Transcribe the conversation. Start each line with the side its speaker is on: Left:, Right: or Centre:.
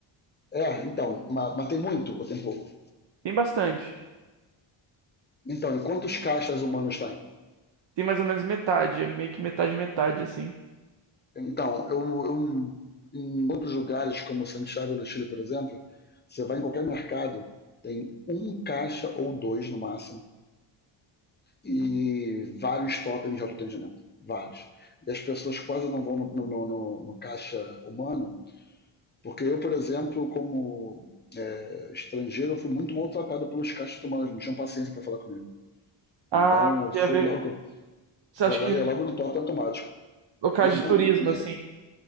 Left: é, então, ma- mas, tem muito ou tem pouco?
Right: Tem bastante.
Left: Então, e quantos caixas humanos tem?
Right: Tem mais ou menos metade, é meio que metade, metade, assim.
Left: Então, eu, eu- em outros lugares, como Santiago no Chile, por exemplo, você vai em qualquer mercado, tem um caixa ou dois no máximo e vários totens de autoatendimento. Vários. E as pessoas quase não vão no, no- no- no caixa humano, porque eu, por exemplo, como é, estrangeiro, eu fui muito maltratado pelos caixas humanos, não tinham paciência para falar comigo.
Right: Ah,
Left: Então eu
Right: tem
Left: fui
Right: a ver.
Left: logo,
Right: Você
Left: vai
Right: acha
Left: lá
Right: que
Left: e é logo no totem automático.
Right: locais
Left: E então,
Right: de turismo,
Left: e
Right: assim?
Left: é-